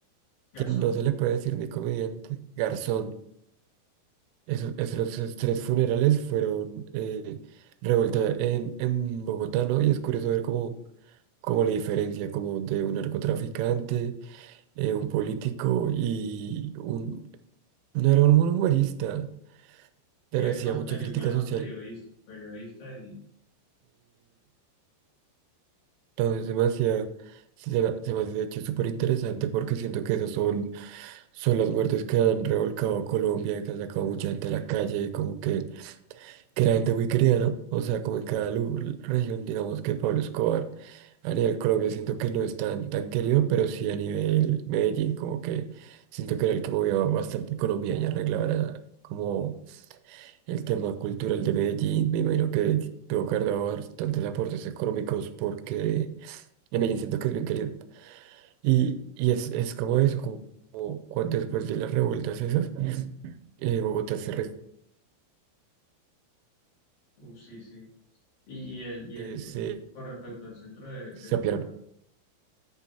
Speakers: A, on the left; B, on the right.
A: Garzón,
B: que no se le puede decir ni comediante, Garzón Eso- esos, esos tres funerales fueron eh, revuelta en, en Bogotá, ¿no? Y es curioso ver cómo, cómo la diferencia como de un narcotraficante, eh, un político y un... No era un humorista, pero
A: y era
B: hacía
A: que más,
B: mucha
A: perio-
B: crítica
A: más
B: social.
A: más periodista, periodista y,
B: No, es demasiado, sí, se, me se me hace de hecho súper interesante porque siento que esos son, son las muertes que han revolcado a Colombia, que han sacado mucha gente a la calle y como que, que era gente muy querida, ¿no? O sea, como en cada lu- región, digamos que Pablo Escobar a nivel Colombia siento que no es tan, tan querido, pero sí a nivel Medellín como que siento que era el que movía bastante economía y arreglaba la- como el tema cultural de Medellín, me imagino que tuvo que haber dado tantos aportes económicos porque en Medellín siento que es bien querido. Y, y es, es como eso, como, como cuando después de las revueltas esas, eh, Bogotá se, re-
A: uf, sí, sí, y, y el, y
B: eh,
A: el que,
B: se,
A: con respecto al centro de,
B: se
A: de Bogotá,
B: apiaron.